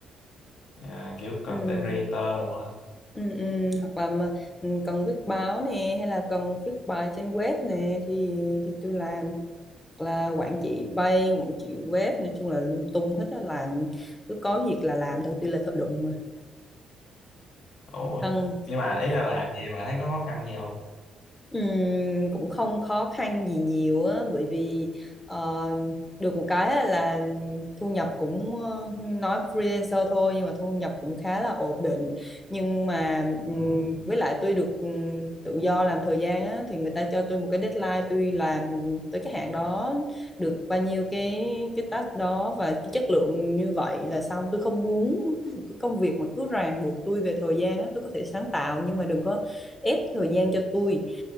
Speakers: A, on the left; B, on the left.
A: à, kiểu content
B: ừ.
A: creator
B: Ừ, ừ, hoặc là mà, ừ, cần viết báo nè hay là cần viết bài trên web nè thì thì tôi làm Hoặc là quản trị bay quản trị web nói chung là lung tung hết á làm cứ có việc là làm thôi tôi là thợ đụng mà
A: Ủa,
B: cần
A: nhưng mà ý là làm gì mà thấy có khó khăn gì không?
B: Ừm, cũng không khó khăn gì nhiều á bởi vì ờ, được một cái á là thu nhập cũng ờ, nói freelancer thôi nhưng mà thu nhập cũng khá là ổn định nhưng mà ừm,
A: Ừ.
B: với lại tôi được ừm, tự do làm thời gian á thì người ta cho tôi một cái deadline tôi làm tới cái hạn đó được bao nhiêu cái cái task đó và cái chất lượng như vậy là xong tôi không muốn cái công việc mà cứ ràng buộc tôi về thời gian á tôi có thể sáng tạo nhưng mà đừng có ép thời gian cho tôi